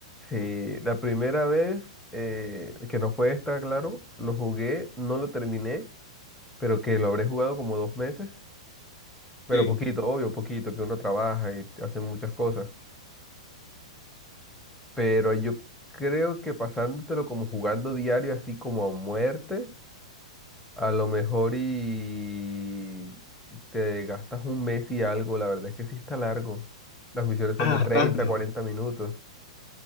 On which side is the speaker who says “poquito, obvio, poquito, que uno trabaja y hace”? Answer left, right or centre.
Centre